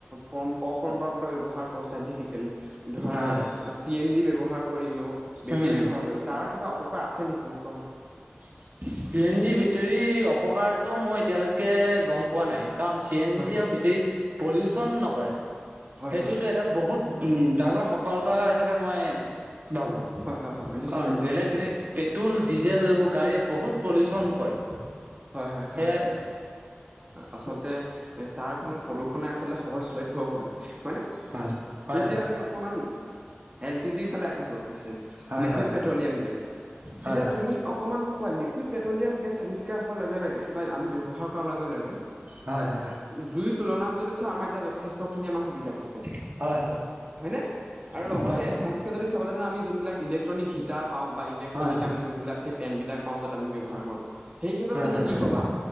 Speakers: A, on the right (about 30°); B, on the right (about 50°).
A: পৰম্পৰা-পৰম্পৰাগত। ব্যবহাৰ কৰো চাইণ্টিফিকেলি ধৰা
B: হয় হয়
A: চি এন জি ব্যবহাৰ। কৰিলো বেটেৰী
B: উম
A: ব্যৱহাৰ কৰিলো। তাৰ কিবা অপকাৰ আছে নেকি মোক কোৱাচোন?
B: চি এন জি বেটৰী অপকাৰতটো মই এতিয়ালৈকে গম পোৱা নাই। কাৰণ চি এন
A: হয়
B: জি আৰু বেটেৰী পলিউচন নকৰে।
A: হয়
B: সেইটোতো
A: হয় হয়
B: এটা বহুত উ ডাঙৰ সফলতা হিচাপে মই ভাবো
A: হয় হয় হয় হয় নিশ্চিত
B: কাৰণ
A: ৰূপে
B: বেলেগ
A: নিশ্চিত
B: যেনে
A: ৰূপে
B: পেট্ৰল, ডিজেল এইবোৰ গাড়ীয়ে বহুত পলিউচন কৰে।
A: হয়-হয়-হয়
B: সেয়াই
A: আচলতে তাৰ কোনো প্ৰদু আচলতে সহজলভ্য হয়-হয় ন
B: হয় হয়
A: এতিয়া
B: হয়
A: আমি অকমান এল পি জিৰ ফালে আগবাঢ়িব বিচাৰিম।
B: হয়
A: লিকুইড
B: হয়
A: পেট্ৰলিয়াম
B: হয়
A: গেছ তেতিয়া
B: হয়
A: তুমি অকণমান মোক কোৱা লিকুইড পেট্ৰলিয়াম গেছ আৱিষ্কাৰ হোৱাৰ লগে লগে বা আমি ব্যৱহাৰ কৰাৰ লগে লগে।
B: হয় হয় হয়
A: জুইৰ তুলনাত যদি চা আমাৰ এতিয়া যথেষ্ট খিনি আমাৰ সুবিধা হৈছে।
B: হয় হয় হয় হয়
A: হয় নে আৰু
B: হয়
A: লগতে এডভান্স কে যদি চাবলৈ যাম আমি যোনবিলাক ইলেক্ট্ৰনিক হিটাৰ পাওঁ বা ইলেট্ৰনিক
B: হয়
A: আমি যোনবিলাক সেই পেনবিলাক পাও, য'ত আমি ব্যৱহাৰ কৰো সেই ক্ষেত্ৰত তুমি
B: হয়
A: কি
B: হয়
A: কবা?